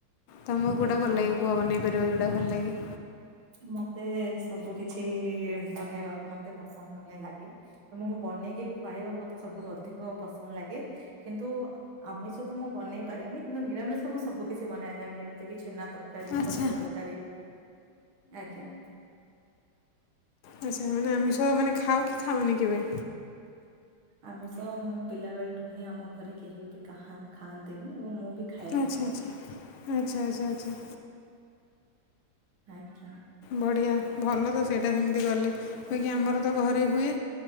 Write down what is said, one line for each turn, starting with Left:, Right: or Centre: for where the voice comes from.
Left: ତମକୁ କେଉଁଟା
Right: ଆଜ୍ଞା
Left: ଭଲ ଲାଗେ
Right: ଆଜ୍ଞା।
Left: କୁହ ବନେଇ ପାରିବ ଯେଉଁଟା ଭଲ ଲାଗେ।
Right: ମତେ ସବୁ କିଛି ବନେଇବା ମତେ ପସନ୍ଦ ମାନେ ଲା କି ତ ମୁଁ ବନେଇକି ଖୁଆଇବା ମତେ ସବୁଠୁ ଅଧିକ ପସନ୍ଦ ଲାଗେ। କିନ୍ତୁ ଆ ଆମିଷ ତ ମୁଁ ବନେଇ ପାରିବନି କିନ୍ତୁ ନିରାମିଷ ମୁଁ ସବୁ କିଛି ବନାଏ ଏଁ ଯେମିତି କି ଛେନା ତରକାରୀ,
Left: ଆଚ୍ଛା
Right: ଛତୁ ତରକାରୀ ଆଜ୍ଞା।
Left: ଆଚ୍ଛା ମାନେ ଆମିସ ମାନେ ଖାଅ କି ଖାଅନି କେବେ?
Right: ଆମିସ ମୁଁ ପିଲା ବେଳଠୁ ହିଁ ଆମ ଘରେ କେହି ବି ଖା ଖାଆନ୍ତିନି ଏବଂ ମୁଁ ବି ଖାଏନି।
Left: ଆଚ୍ଛା ଆଚ୍ଛା ଆଚ୍ଛା ଆଚ୍ଛା ଆଚ୍ଛା।
Right: ଆଜ୍ଞା।
Left: ବଢ଼ିଆ ଭଲ ତ ସେଇଟା ହେମିତି କଲେ ବାକି ଆମର ତ ଘରେ ହୁଏ।